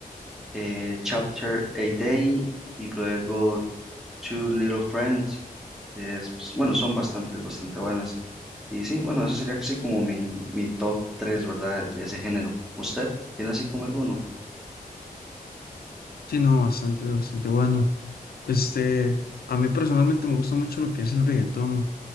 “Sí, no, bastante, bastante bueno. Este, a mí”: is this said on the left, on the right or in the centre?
Left